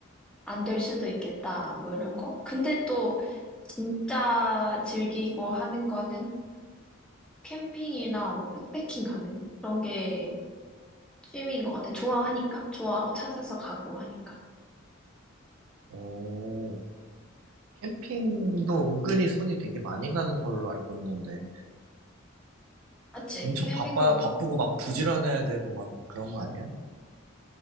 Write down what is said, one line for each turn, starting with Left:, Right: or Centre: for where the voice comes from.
Centre: 안 될 수도 있겠다. 뭐 이런 거? 근데 또 진짜 즐기고 하는 거는 캠핑이나 뭐 백패킹 가는 그런 게 취미인 것 같아. 좋아하니까? 좋아하고 찾아서 가고 하니까.
Right: 오, 캠핑도 은근히 손이 되게 많이 가는 걸로 알고 있는데.
Centre: 맞지?
Right: 엄청
Centre: 캠핑도
Right: 바빠, 바쁘고 막 부지런해야 되고 막 그런 거 아니야?